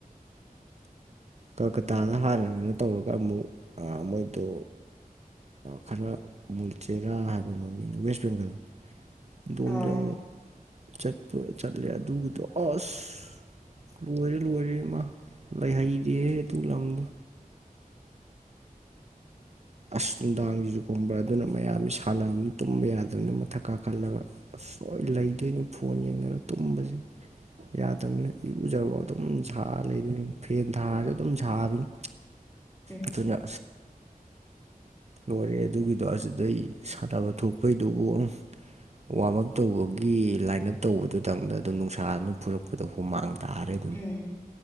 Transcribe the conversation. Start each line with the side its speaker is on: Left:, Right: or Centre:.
Right: ꯀꯜꯀꯇꯥꯗ ꯍꯥꯟꯅꯀꯩꯅꯣ ꯇꯧꯔꯒ ꯑꯃꯨꯛ ꯃꯣꯏꯗꯣ ꯈꯔ ꯃꯨꯜꯆꯦꯔꯥ ꯍꯥꯏꯕ ꯃꯃꯤꯡ ꯋꯦꯁ ꯕꯦꯡꯒꯜ ꯑꯗꯣꯝꯗ
Left: ꯑꯥ
Right: ꯑꯃꯨꯛ ꯆꯠꯄ ꯆꯠꯂꯦ ꯑꯗꯨꯒꯤꯗꯣ ꯑꯁ ꯂꯣꯏꯔꯦ ꯂꯣꯏꯔꯦ ꯃꯥ ꯂꯩ ꯍꯩꯗꯦ ꯑꯗꯨ ꯂꯝꯗꯣ ꯑꯁ ꯅꯨꯡꯗꯥꯡꯒꯤꯖꯨ ꯈꯣꯡꯕ꯭ꯔꯥ ꯑꯗꯨꯅ ꯃꯌꯥꯝꯁꯤ ꯁꯥꯟꯅꯕꯅꯤꯅ ꯇꯨꯝꯕ ꯌꯥꯗꯕꯅꯤꯅ ꯃꯊꯛ ꯀꯥꯈꯠꯂꯒ ꯑꯁ ꯍ ꯂꯩꯗꯣꯏꯅꯦ ꯐꯣꯟ ꯌꯦꯡꯅꯔ ꯇꯨꯝꯕꯁꯦ ꯌꯥꯗꯕꯅꯤ ꯏꯔꯨꯖꯔꯔꯕ ꯑꯗꯨꯝ ꯁꯥꯔ ꯂꯩꯗꯣꯏꯅꯤ ꯐꯦꯟ ꯊꯥꯔꯁꯨ ꯑꯗꯨꯝ ꯁꯥꯕꯅꯤ
Left: <inaudible>
Right: ꯑꯗꯨꯅ ꯂꯣꯏꯔꯦ ꯑꯗꯨꯒꯤꯗꯣ ꯑꯗꯨꯗꯩ ꯁꯥꯟꯅꯕ ꯊꯣꯛꯄꯩꯗꯨꯕꯨ ꯑꯃ ꯋꯥꯔꯝ ꯑꯞ ꯇꯧꯕꯒꯤ ꯂꯥꯏꯟ ꯑꯞ ꯇꯧꯕꯗꯨꯗꯪꯗ ꯑꯗꯨꯣ ꯅꯨꯡꯁꯥꯗꯨꯅ ꯐꯨꯔꯛꯄꯗ ꯍꯨ ꯃꯥꯡꯈꯤ ꯇꯥꯔꯦ ꯑꯗꯨꯝ
Left: ꯎꯝ